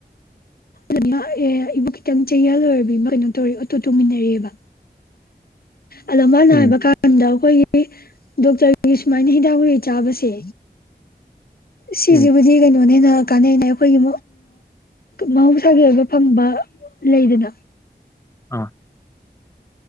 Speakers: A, on the left (about 60°); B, on the left (about 15°).
A: ꯑꯗꯨ ꯑꯦ ꯑꯩꯕꯨ ꯈꯤꯇꯪ ꯆꯌꯥꯜ ꯑꯣꯏꯕꯤ ꯀꯩꯅꯣ ꯇꯧ ꯑꯣꯇꯣ ꯇꯧꯃꯤꯟꯅꯔꯤꯑꯕ ꯑꯗꯃ ꯅꯥꯏꯕ
B: ꯎꯝ
A: ꯀꯥꯟꯗ ꯑꯩꯈꯣꯏꯒꯤ ꯗꯣꯛꯇꯔꯒꯤ ꯁꯨꯃꯥꯏꯅ ꯍꯤꯗꯥꯛ ꯂꯨꯏ ꯆꯥꯕꯁꯦ ꯁꯤꯁꯤꯕꯨꯗꯤ
B: ꯎꯝ
A: ꯀꯩꯅꯣꯅꯤꯅ ꯀꯥꯟꯅꯩꯩꯅ ꯑꯩꯈꯣꯏꯒꯤ ꯃꯍꯧꯁꯥꯒꯤ ꯑꯣꯏꯕ ꯐꯪꯕ ꯂꯩꯗꯅ
B: ꯑꯥ